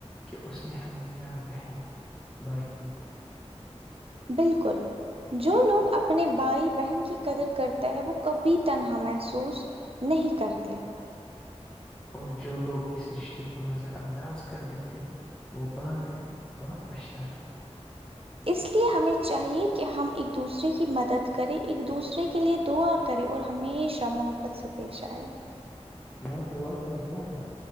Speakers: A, in the centre; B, on the right.
A: کہ اس نے ہمیں پیار بہن بغ دن <inaudible>
B: بالکل جو لوگ اپنے بھائی بہن کی قدر کرتے ہے وہ کبھی تنہا محسوس نہیں کرتے
A: اور جو لوگ اس رشتے کو نظر انداز کر دیتے ہیں وہ بعد میں بہت پش جاتے ہیں
B: اس لیے ہمیں چاہیے کہ ہم ایک دوسرے کی مدد کریں ایک دوسرے کے لیے دعا کرے اور ہمیشہ محبت سے پیش آئے
A: میں دعا کر رہا ہوں